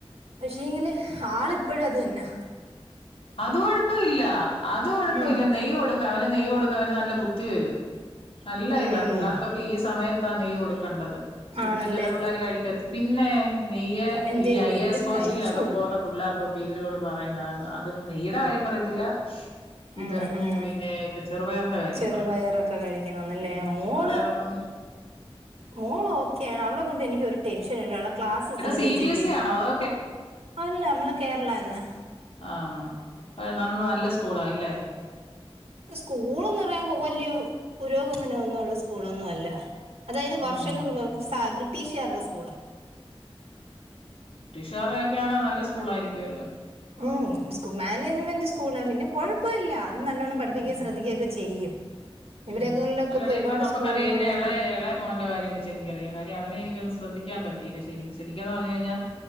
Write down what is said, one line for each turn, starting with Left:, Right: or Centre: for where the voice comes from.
Right: പക്ഷേങ്കില് ആളിപ്പോഴും അത് തന്നെ
Left: അത് കൊഴപ്പവില്ല അത് കൊഴപ്പവില്ല
Right: ഉം
Left: നെയ്യ് കൊടുക്കാം അവന് നെയ്യ് കൊടുത്താ അവന് നല്ല ബുദ്ധി വരും നല്ല
Right: ഉം
Left: ഇതാ പിള്ളേർക്കൊക്കെ ഈ സമയ ത്താ നെയ്യ് കൊടുക്കേണ്ടത് ശരിക്കും
Right: ആണല്ലേ
Left: ചില പിള്ളേർ കഴിക്കത്തി പിന്നേ നെയ്യ്
Right: ഇവൻ
Left: ഈ
Right: എന്ത്
Left: ഐ
Right: എന്തും
Left: എ എസ് കോച്ചിങ്ങിനൊക്കെ
Right: കഴിച്ചോളും
Left: പോകുന്ന പിള്ളേർക്കൊക്കെ ഇവരോട് പറയുന്നാ അത് നെയ്യുടെ കാര്യം പറയത്തില്ല
Right: ഉം
Left: ഇത്
Right: ഉം
Left: പിന്നെ ഇപ്പൊ ചെറുപയറിന്റെ കാര്യം
Right: ചെറുപയറൊക്കെ
Left: പറയും
Right: കഴിക്കണംന്നല്ലേ
Left: പിന്നെ
Right: മോള്
Left: ചെറുപയറൊന്നും
Right: മോള് ഓക്കെയാണ് അവളെ കൊണ്ട് എനിക്ക് ഒരു ടെൻഷനും ഇല്ല ക്ലാസ്സ്
Left: എടാ
Right: ശ്രദ്ധിച്ചിരിക്ക്
Left: സി ബി എസ് ഇ ആണോ അതോ
Right: അല്ല നമ്മള് കേരള തന്നെ
Left: ആ ആ അത് നന്ന നല്ല സ്കൂളാ അല്ലേ
Right: സ്കൂളെന്ന് പറയുമ്പോ വല്ല്യ പുരോഗമനം ഒന്നുമുള്ള സ്കൂളൊന്നും അല്ല അതായത്
Left: ഉം
Right: വർഷങ്ങൾക്ക് മുൻപുള്ള സാധാരണ ബ്രിട്ടീഷുകാരുടെ സ്കൂൾ
Left: <unintelligible> ഒക്കെയാണെ നല്ല സ്കൂളായിരിക്കുവല്ലോ
Right: ഉം സ്കൂ മാനേജ്മെന്റ് സ്കൂളാ പിന്നെ കൊഴപ്പവില്ല അവര് നല്ലോണ്ണം പഠിപ്പിക്കുകയും
Left: ഉം
Right: ശ്രദ്ധിക്കുകയുമൊക്കെ ചെയ്യും
Left: ഉം
Right: ഇവിടെങ്ങളിലൊക്കെ
Left: അല്ലാട
Right: ഒരുപാട്
Left: ഇപ്പൊ നമുക്കറിയാം
Right: സ്കൂളുകൾ
Left: എന്റെ
Right: ഉള്ളതുകൊണ്ട്
Left: ഇളയ ഇളയ മോന്റെ കാര്യം വെച്ച് എനിക്കറിയാം കാര്യം അവനെ എനിക്കൊന്ന് ശ്രദ്ധി ക്കാൻ പറ്റിയില്ല ശരിക്ക് ശരിക്കെന്ന് പറഞ്ഞു കഴിഞ്ഞാൽ